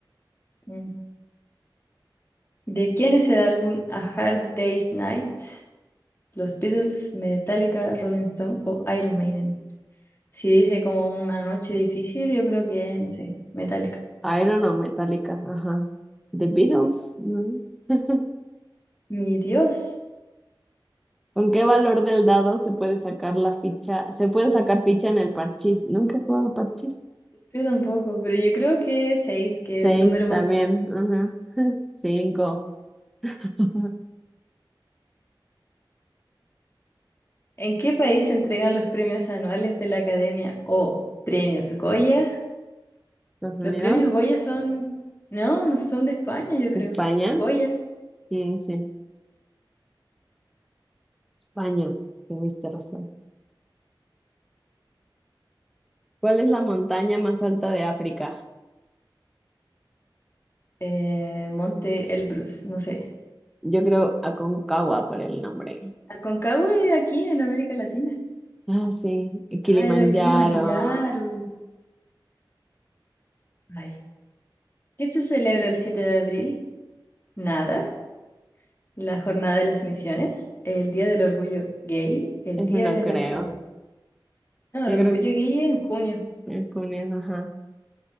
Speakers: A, on the left; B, in the centre.
A: Mm. ¿De quién es el álbum A Hard Day's Night? ¿Los Beatles, Metallica, Rolling Stone o Iron Maiden? Si dice como una noche difícil, yo creo que, no sé, Metallica.
B: Iron o Metallica, ajá. The Beatles, ¿no? <laughs>
A: Mi Dios,
B: ¿Con qué valor del dado se puede sacar la ficha? Se puede sacar ficha en el parchís. Nunca he jugado parchís.
A: yo tampoco, pero yo creo que seis, que
B: Seis
A: es el número
B: también,
A: más alto.
B: ajá. Cinco. <laughs>
A: ¿En qué país se entregan los premios anuales de la Academia o premios Goya?
B: Estados Unidos,
A: Los premios Goya son, no, no son de España, yo creo.
B: España,
A: Goya,
B: sí, sí, España, tuviste razón. ¿Cuál es la montaña más alta de África?
A: eh, Monte Elbrus, no sé.
B: Yo creo Aconcagua por el nombre.
A: Aconcagua es aquí en América Latina.
B: Ah, sí, y Kilimanjaro,
A: Ah, era Kilimanjaro. Ay. ¿Qué se celebra el 7 de abril? Nada. La Jornada de las Misiones, el Día del Orgullo Gay, el
B: eso
A: Día
B: no
A: de
B: creo.
A: la Salud. No,
B: Yo
A: el Orgullo
B: creo
A: Gay es en junio.
B: que es con ajá,